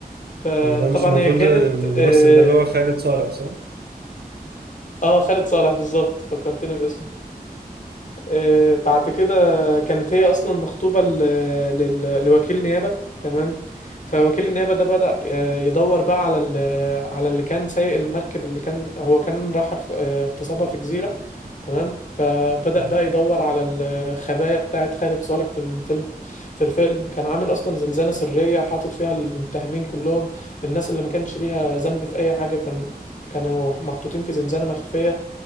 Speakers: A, on the left; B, on the right.
A: فطبعا
B: هو ده مش المفروض
A: هي كانت
B: الممثل
A: اه
B: ده اللي هو خالد صالح صح؟
A: آه، خالد صالح بالظبط فكرتني باسمه آه، بعد كده كانت هي اصلا مخطوبه ل... لل... لوكيل نيابه تمام فوكيل النيابه ده بدأ آه، يدور بقى على ال... على اللي كان سايق المركب اللي كان هو كان راح اخ- آه، اغتصابها في جزيره تمام فبدأ
B: مم.
A: بقى يدور على الخبايا بتاعت خالد صالح في الفيلم في الفيلم كان عامل اصلا زنزانه سريه حاطط فيها المتهمين كلهم الناس اللي ما كانش ليها ذنب في اي حاجه كان كانوا محطوطين في زنزانه مخفيه